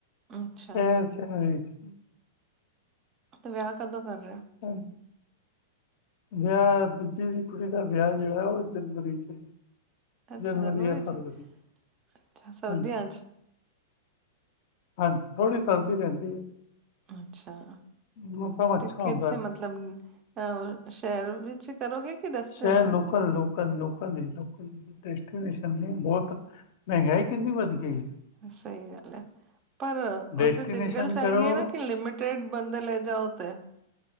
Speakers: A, on the right (about 35°); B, on the left (about 55°).
A: ਅੱਛਾ
B: ਹਾਂ ਛੈਰ ਵਿਚ।
A: ਤੇ ਵਿਆਹ ਕਦੋ ਕਰ ਰੇ ਓ।
B: ਹਾਂਜ ਵਿਆਹ ਦੂਜੀ ਕੁੜੀ ਦਾ ਵਿਆਹ ਜਿਹੜਾ ਉਹ ਜਨਵਰੀ 'ਚ।
A: ਅੱਛਾ
B: ਜਨਵਰੀ ਜਾਂ
A: ਚ
B: ਫਰਵਰੀ
A: ਅੱਛਾ ਸਰਦੀਆਂ
B: ਹਾਂਜੀ
A: ਚ
B: ਹਾਂਜੀ ਥੋੜੀ ਸਰਦੀ ਰਹਿੰਦੀ ਏ,
A: ਅੱਛਾ
B: ਮੌਸਮ ਅੱਛਾ
A: ਤੇ ਕਿੱਥੇ
B: ਹੁੰਦਾ ਐ
A: ਮਤਲਬ ਅ ਸ਼ਹਿਰ ਵਿੱਚ ਕਰੋਗੇ ਕਿ destination
B: ਸ਼ੈਰ local- local -local- local ਏ ਡਸਨੇਸ਼ਨ ਬਹੁਤ, ਮਹਿੰਗਾਈ ਕਿੰਨੀ ਵੱਧ ਗਈ ਏ।
A: ਸਹੀ ਗੱਲ ਐ, ਪਰ
B: ਡੈਸਟੀਨੇਸ਼ਨ
A: ਉਸ ਵਿੱਚ ਇੱਕ ਗੱਲ ਚੰਗੀ
B: ਕਰੋ
A: ਐ ਨਾ ਕਿ ਲਿਮਿ ਸਟੇਟ ਬੰਦੇ ਲੇ ਜਾਓ ਤੇ,